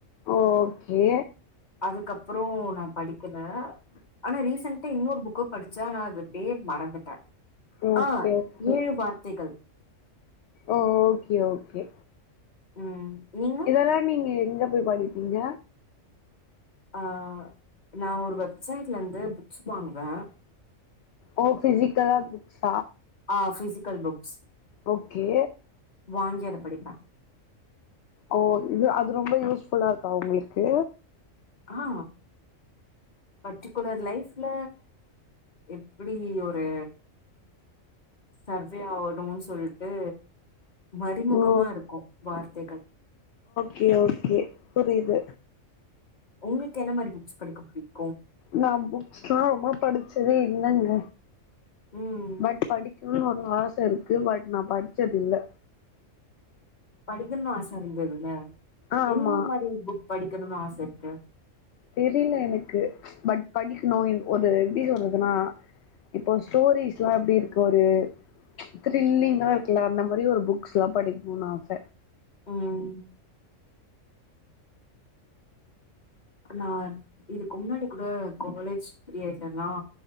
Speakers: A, on the left; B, on the left.
A: ஓகே
B: அதுக்கப்றோ நா படிக்கல ஆனா ரீசன்டா இன்னொரு புக்கு படிச் ச ஆனா அது பேர் மறந்துட்டே
A: ஓகே
B: ஆ
A: ஓகே
B: ஏழு வார்த்தைகள்
A: ஓ ஓகே ஓகே
B: ம் நீங்க
A: இதெல்லா நீங்க எங்க போய் படிப்பீங்க
B: ஆ நா ஒரு வெப்சைட்லெந்து புக்ஸ் வாங்குவே
A: ஓ ஃபிஸிக்கலா புக்ஸ்
B: ஆ ஃபிசிக் கல் புக்ஸ்
A: ஓகே
B: வாங்கி அத படிப்ப
A: ஓ இது அது ரொம்ப யூஸ்ஃபுல்லா இருக்கா உங்களுக்கு
B: ஆ பர்ட்டிகுலர் லைஃப்ல எப்புடி ஒரு சர்வே ஆவணுன் சொல்ட்டு மறிமுகமா
A: ஓ
B: இருக்கும் வார்த்தைகள்
A: கே ஓகே புரியிது
B: உங்கக்கு என்ன மாரி புக்ஸ் படிக்க புடிக்
A: நா புக்ஸ்லா ரொம்ப படிச்சதே இல்லங்க
B: ம்
A: பட் படிக்கனு னு ஆச இருக்கு பட் நா படிச்சதில்ல
B: படிக்கணுன் ஆச இருந்துல்ல
A: ஆமா
B: என்ன மாரி புக் படிக்கணுன் ஆச இரு த
A: தெரில எனக்கு பட் படிக்கணு ஒரு எப்டி சொல்றதுனா இப்போ ஸ்டோரிஸ்லா எப்டி இருக்கு ஒரு திரில்லிங்கா இருக்குல அந்த மாரி ஒரு புக்ஸ்லா படிக்கணுனு ஆச
B: உம் நா இதுக்கு முன்னாடி கூட காலேஜ் பீரியட்லல்லா